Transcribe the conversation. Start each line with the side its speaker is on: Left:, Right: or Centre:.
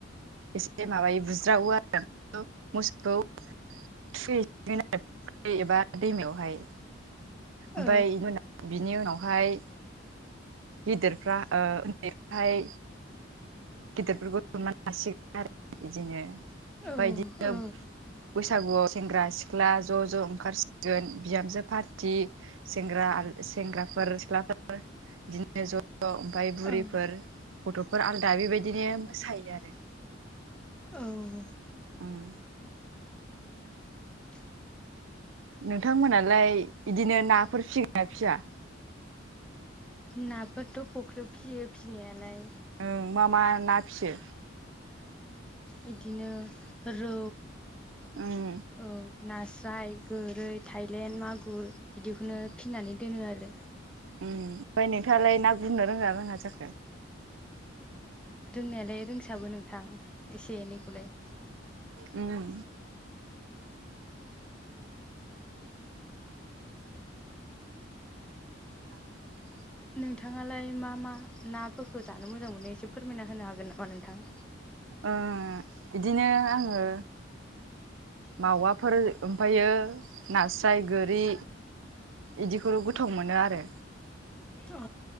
Right: एसे माबायो बुज्रावो आरो। ओ मोसौखौ थुखैसिगोन आरो <unintelligible> एबा दैमायावहाय ओमफाय
Centre: औ
Right: इमोना बिनि उनावहाय गिदिरफ्रा ओ उन्दैफोराहाय गिदिरफोरखौ सोनमान लासिगोन आरो ना इदिनो
Centre: औ
Right: फाय इदिनो
Centre: औ
Right: बैसागुआव सेंग्रा सिख्ला ज' ज' ओंखारसिगोन बिहामजो फार थि सेंग्रा आरो सेंग्राफोर सिख्लाफोर इदिनो ज' ज' ओमफाय बुरिफोर
Centre: औ
Right: गथ'फोर आलदा बेबायदिनो मोसायो आरो।
Centre: औ
Right: उम
Centre: <inaudible>
Right: नोंथां मोनालाय बिदिनो नाफोर फिगोन ना फिया?
Centre: नाफोरथ' फख्रियाव फियो फिनायालाय
Right: ओं मा मा ना फियो?
Centre: इदिनो रौ
Right: उम
Centre: औ नास्राय गोरै, थायलेन, मागुर इदिखौनो फिनानै दोनो आरो।
Right: ओमफाय नोंथाङालाय ना गुरनो रोङोना रोङा जाखो?
Centre: रोंनायालाय रोंसाबो नोंथां एसे एनैखौलाय।
Right: उम <unintelligible>
Centre: नोंथाङालाय मा मा नाफोरखौ जानो मोजां मोनो। एसे फोरमायना होनो हागोन नामा नोंथां?
Right: ओ आ इदिनो आङो मावाफोर ओमफायो नास्राय, गोरि इदिखौ गोथाव मोनो आरो
Centre: अ